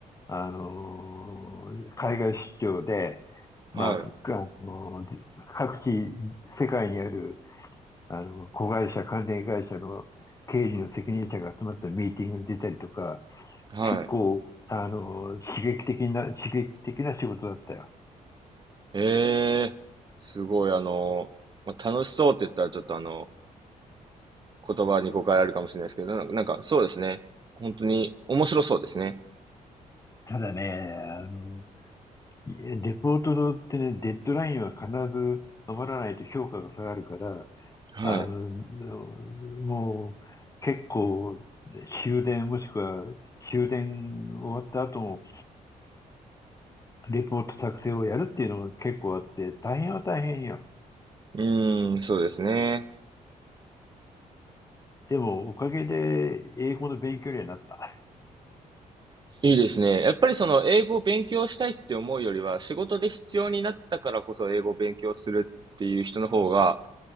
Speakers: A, on the left; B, on the right.
A: あの、海外出張で、
B: はい、
A: まあ、あの各地、世界にあるあの、子会社、関連会社の経理の責任者が集まったミーティングに出たりとか、
B: はい。
A: 結構、あの、刺激的な、刺激的な仕事だったよ。
B: へえ、すごい、あの、まあ、楽しそうって言ったらちょっとあの、言葉に誤解あるかもしれないですけど、なんか、なんかそうですね。本当に面白そうですね。
A: ただね、あの、レポートってね、デッドラインは必ず守らないと評価が下がるから、
B: はい。
A: あの、もう結構終電もしくは終電終わった後も、レポート作成をやるっていうのも結構あって、大変は大変よ。
B: うーん、そうですね。
A: でも、おかげで英語の勉強にはなった。
B: いいですね。やっぱりその英語を勉強したいって思うよりは、仕事で必要になったからこそ英語を勉強するっていう人の方が、